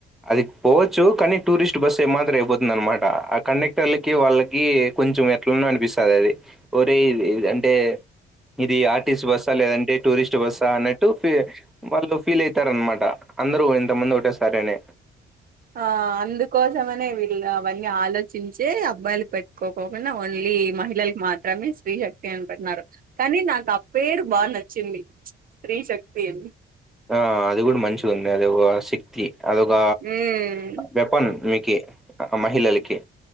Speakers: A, in the centre; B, on the right.
A: అది పోవచ్చు కానీ టూరిస్ట్ బస్సు ఏ మాత్రం అయిపోతుంది అనమాట ఆ కండక్టర్లకి వాళ్ళకి కొంచెం ఎట్లనో అనిపిస్తాది అది ఒరేయ్ ఇది అంటె ఇది ఆర్టిసి బస్సా లేదంటె టూరిస్ట్ బస్సా అన్నట్టు ఫ్రీ వాళ్ళు ఫీల్ అయితారు అనమాట అందరూ ఇంతమంది ఒకటే సారెఅని
B: ఆ అందుకోసమనే వీళ్ళు అవన్నీ ఆలోచించే అబ్బాయిలకు పెట్టుకోపోకుండ ఓన్లీ మహిళకి మాత్రమే స్త్రీ శక్తి అనికుంటున్నారు కానీ నాకు ఆ పేరు బాగా నచ్చింది స్త్రీ శక్తి అని
A: ఆ అది కూడ మంచిగ ఉంది అది ఒక శక్తి అదొక
B: ఉమ్
A: వెపన్ మీకె ఆ మహిళలకె